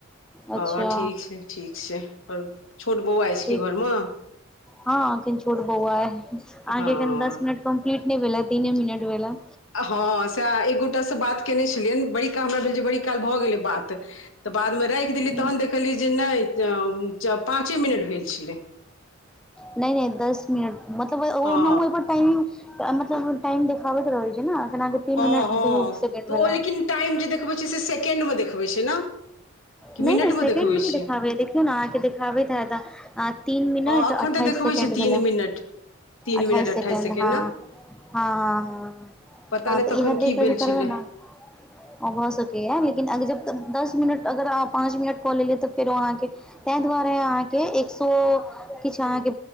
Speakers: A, on the left; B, in the centre.
A: हँ
B: अच्छा
A: ठीक छै ठीक छै आर छोट बौआ अछि
B: ठीक
A: की घरमे
B: हँ एखन छोट बौआ अइ अहाँके
A: हँ
B: एखन दस मिनट कम्प्लीट नहि भेल ये तीने मिनट भेल ये
A: हँ स‌एह एकगोटा से बात केने छलियनि बड़ी का हमरा भेल जे बड़ी काल भऽ गेलै बात तऽ बादमे राखि देलियै
B: हँ
A: तहन देख लियै जे नहि पाँचे मिनट भेल छेलै
B: नहि नहि दस मिनट मतलब ओनाहु
A: हँ
B: एहिपर टाइमिंग तऽ मतलब टाइम देखाबैत रहैत छै ने एखन अहांके तीन
A: हँ
B: मिनट
A: हँ
B: दू सेकेंड
A: तऽ
B: भेल
A: ओ
B: ये
A: लेकिन टाइम जे देखबै छै से केण्डमे देखबै छै ने कि
B: नहि
A: मिनटमे
B: नहि सेकेंड
A: देखबै
B: मे नहि
A: छै
B: देखाबै है देखियौ ने अहाँके देखाबैत हैत आ तीन मिनट
A: हँ एखन
B: अट्ठाइस
A: तऽ देखबै
B: सेकेण्ड
A: छै तीन
B: भेलै
A: मिनट तीन
B: अट्ठाइस
A: मिनट
B: सेकेंड हँ
A: ने
B: हँ हँ हँ
A: पता
B: हँ
A: नहि
B: तऽ
A: तखन
B: इएह देख
A: की
B: कऽ
A: भेल
B: जे
A: छलै
B: करबै न हँ भऽ सकैये लेकिन अगर जब तक दस मिनट अगर अहाँ पाँच मिनट कऽ लेलियै तऽ फेरो अहाँके ताहि दुआरे अहाँके एक सौ किछु अहाँके